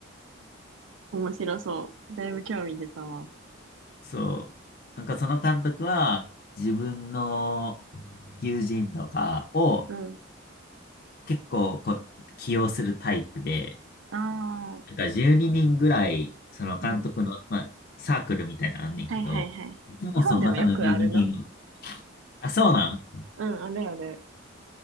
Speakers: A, on the right (about 75°); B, on the left (about 50°).
A: 面白そう。だいぶ興味出たわ。
B: そう。なんかその監督は自分の友人とかを
A: うん。
B: 結構こう起用するタイプで、
A: ああ、
B: なんか12人ぐらいその監督の、
A: うん。
B: まあ、サークルみたいなのあんねんけど、
A: はいはいはい。
B: いつもその中の12人を、
A: 日本でもよくあるな。
B: あ、そうなん
A: うん、あるある。